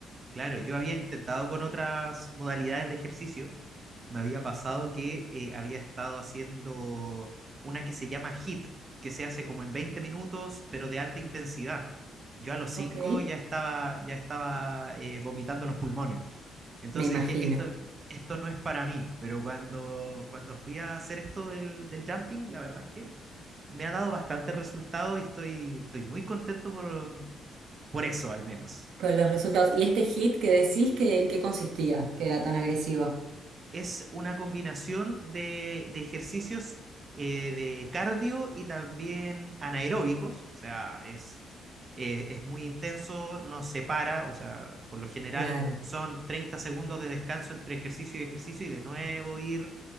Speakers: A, on the right; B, on the right.
A: Claro, yo había intentado con otras modalidades de ejercicio. Me había pasado que eh, había estado haciendo una que se llama HIIT, que se hace como en 20 minutos, pero de alta intensidad. Yo a los cinco
B: Ok,
A: ya estaba, ya estaba eh, vomitando los pulmones. Entonces
B: me imagino.
A: dije, esto, esto no es para mí, pero cuando, cuando fui a hacer esto del, del jumping, la verdad es que me ha dado bastante resultado y estoy, estoy muy contento por, por eso al menos.
B: Con los resultados. ¿Y este hit que decís que en qué consistía, que era tan agresivo?
A: Es una combinación de, de ejercicios eh, de cardio y también anaeróbicos, o sea, es, eh, es muy intenso, no se para, o sea, por lo general
B: Claro,
A: son 30 segundos de descanso entre ejercicio y ejercicio y de nuevo ir